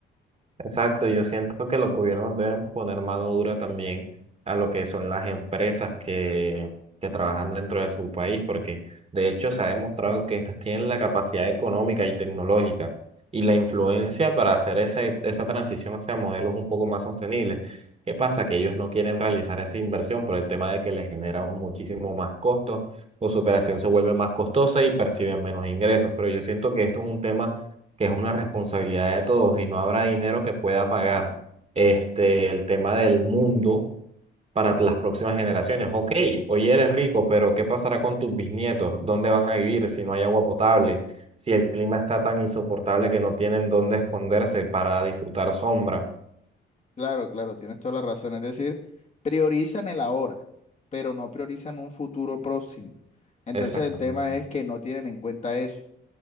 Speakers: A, on the right (about 30°); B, on the left (about 35°).
A: Exacto, yo siento que los gobiernos deben poner mano dura también a lo que son las empresas que, que trabajan dentro de su país, porque de hecho se ha demostrado que estas tienen la capacidad económica y tecnológica y la influencia para hacer esa esa transición hacia modelos un poco más sostenibles. ¿Qué pasa? Que ellos no quieren realizar esa inversión por el tema de que les genera muchísimo más costo, o su operación se vuelve más costosa y perciben menos ingresos, pero yo siento que esto es un tema que es una responsabilidad de todos y no habrá dinero que pueda pagar este, el tema del mundo para las próximas generaciones. Ok, hoy eres rico, pero ¿qué pasará con tus bisnietos? ¿Dónde van a vivir si no hay agua potable? Si el clima está tan insoportable que no tienen dónde esconderse para disfrutar sombra.
B: Claro, claro, tienes toda la razón. Es decir, priorizan el ahora, pero no priorizan un futuro próximo. Entonces
A: Exactamente,
B: el tema es que no tienen en cuenta eso.